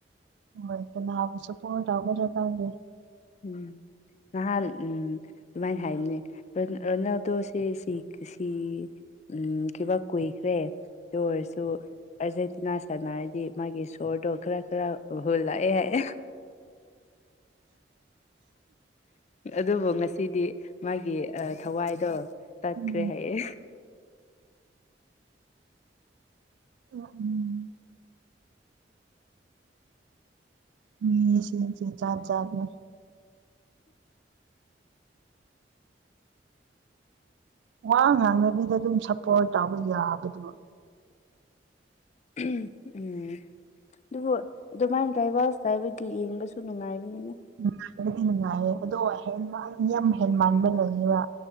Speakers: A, on the right (about 70°); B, on the left (about 40°).
A: ꯍꯣꯏ ꯀꯅꯥꯕꯨꯁꯨ ꯀꯣꯜ ꯇꯧꯒꯗ꯭ꯔꯥ ꯈꯪꯗꯦ
B: ꯎꯝ ꯅꯍꯥꯟ ꯎꯝ ꯗꯨꯃꯥꯏꯅ ꯍꯥꯏꯕꯅꯦ ꯔꯣꯅꯥꯜ- ꯔꯣꯅꯥꯜꯗꯣꯁꯦ ꯁꯤ- ꯁꯤ ꯎꯝ ꯀꯩꯕ ꯀꯨꯏꯈ꯭ꯔꯦ ꯑꯗꯨ ꯑꯣꯏꯔꯁꯨ ꯑꯥꯔꯖꯦꯟꯇꯤꯅꯥ ꯁꯥꯟꯅꯔꯗꯤ ꯃꯥꯒꯤ ꯁꯣꯔꯗꯣ ꯈꯔ ꯈꯔ ꯍꯣꯜꯂꯛꯑꯦ ꯍꯥꯏꯌꯦ ꯑꯗꯨꯕꯨ ꯉꯁꯤꯗꯤ ꯃꯥꯒꯤ ꯑꯥ ꯊꯋꯥꯏꯗꯣ ꯇꯠꯈ꯭ꯔꯦ
A: ꯎꯝ
B: ꯍꯥꯏꯌꯦ
A: ꯎꯝ ꯎꯝ ꯎꯝ ꯃꯤꯁꯤꯁꯦ ꯖꯥꯠ ꯖꯥꯠꯅꯦ ꯋꯥ ꯉꯥꯡꯅꯕꯤꯗ ꯑꯗꯨꯝ ꯁꯞꯄꯣꯔꯠ ꯇꯧꯕ ꯌꯥꯕꯗꯨꯕꯨ
B: <unintelligible> ꯎꯝ ꯑꯗꯨꯕꯨ ꯑꯗꯨꯃꯥꯏꯅ ꯗ꯭ꯔꯥꯏꯚꯔꯁ ꯇꯧꯕꯒꯤ ꯌꯦꯡꯕꯁꯨ ꯅꯨꯡꯉꯥꯏꯕꯅꯤꯅꯦ
A: ꯅꯨꯡꯉꯥꯏꯕꯗꯤ ꯅꯨꯡꯉꯥꯏꯌꯦ ꯑꯗꯣ ꯍꯦꯟꯃꯟ ꯌꯥꯝ ꯍꯦꯟꯃꯟꯕ ꯂꯩꯌꯦꯕ